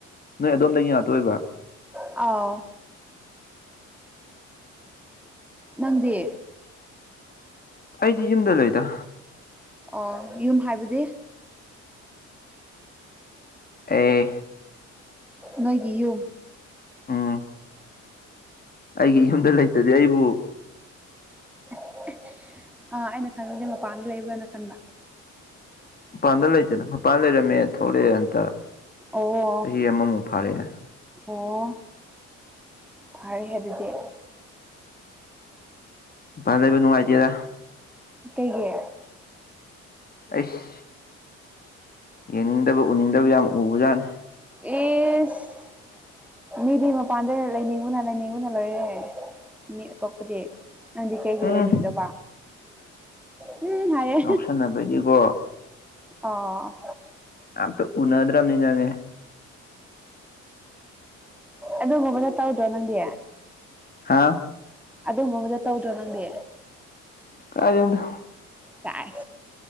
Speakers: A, on the left; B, in the centre.
A: ꯅꯣꯏ ꯑꯗꯣꯝꯗꯒꯤ ꯉꯥꯛꯇ ꯑꯣꯏꯕ
B: ꯑꯥꯎ ꯅꯪꯗꯤ
A: ꯑꯩꯗꯤ ꯌꯨꯝꯗ ꯂꯩꯗ
B: ꯑꯣ ꯌꯨꯝ ꯍꯥꯏꯕꯗꯤ
A: ꯑꯦ
B: ꯅꯣꯢꯒꯤ ꯌꯨꯝ
A: ꯎꯝ ꯑꯩꯒꯤ ꯌꯨꯝꯗ ꯂꯩꯇꯗꯤ ꯑꯩꯕꯨ
B: <inaudible> ꯑꯥ ꯑꯩꯅ ꯈꯟꯕꯗꯤ ꯃꯄꯥꯟꯗ ꯂꯩꯕ꯭ꯔꯥꯅ ꯈꯟꯕ
A: ꯃꯄꯥꯟꯗ ꯂꯩꯇꯦꯗ ꯃꯄꯥꯟ ꯂꯩꯔꯝꯃꯦ ꯊꯣꯛꯂꯛꯑꯦ ꯍꯟꯇꯛ
B: ꯑꯣ
A: ꯆꯍꯤ ꯑꯃꯃꯨꯛ ꯐꯥꯔꯛꯑꯦ
B: ꯑꯣ ꯐꯔꯦ ꯑꯗꯨꯗꯤ
A: ꯄꯥꯜ ꯂꯩꯕꯅꯨꯡꯉꯥꯇꯦꯗ
B: ꯀꯩꯒꯤ
A: ꯑꯩꯁ ꯌꯦꯡꯅꯤꯡꯗꯕ ꯎꯅꯤꯡꯗꯕ ꯌꯥꯝ ꯎꯕꯖꯥꯠꯅꯤ
B: ꯏꯁ ꯃꯤꯗꯤ ꯃꯄꯥꯟꯗ ꯂꯩꯅꯤꯡꯕꯅ ꯂꯩꯅꯤꯡꯕꯅ ꯂꯣꯏꯔꯦ ꯃꯤ ꯑꯇꯣꯞꯄꯗꯤ ꯅꯪꯗꯤ ꯀꯩꯒꯤ
A: ꯎꯝ
B: ꯂꯩꯅꯤꯡꯗꯕ ꯎꯝ ꯍꯥꯏꯌꯦ
A: ꯉꯥꯎꯁꯟꯅꯕꯒꯤꯀꯣ
B: ꯑꯥ
A: ꯑꯝꯇ ꯎꯅꯗ꯭ꯔꯥꯝꯅꯤ ꯅꯅꯦ
B: ꯑꯗꯨꯒꯨꯝꯕꯅ ꯇꯧꯗ꯭ꯔꯣ ꯅꯪꯗꯤ
A: ꯍꯥ
B: ꯑꯗꯨꯒꯨꯝꯕ ꯑꯃꯗ ꯇꯧꯗ꯭ꯔꯣ ꯅꯪꯗꯤ
A: ꯀꯥꯏ ꯗꯒꯤꯅꯣꯗ
B: ꯆꯥꯏ